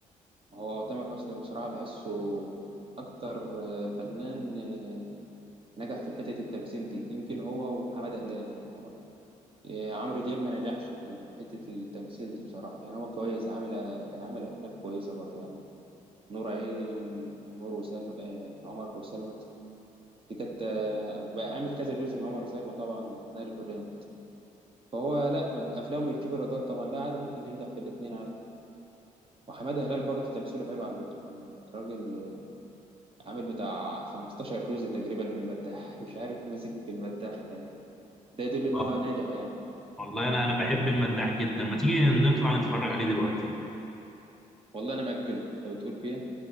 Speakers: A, on the right; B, in the centre.
A: هو تامر حسني بصراحة بحسه أكتر آه، فنان آه، نجح في حتة التمثيل دي يمكن هو وحمادة هلال يعني هو آه، عمرو دياب ما نجحش في حتة التمثيل دي بصراحة يعني هو كويس عامل آه، كان عامل أفلام كويسة برضه يعني نور عيني ونور وسلمى آه، عمر وسلمى دي كانت آه، وعامل كذا جزء من عمر وسلمى طبعا نار الحجام فهو لا أفلامه بتجيب إيرادات طبعا لا عادي ممكن ينجح في الاتنين عادي وحمادة هلال برضه تمثيله حلو على فكرة يعني راجل عامل بتاع 15 جزء تقريبا من المداح مش عارف ماسك في المداح ده يدل ان
B: اه
A: هو ناجح يعني
B: والله انا انا بحب المداح جدا ما تيجي نطلع نتفرج عليه دلوقتي
A: والله انا مأجله انت بتقول فيها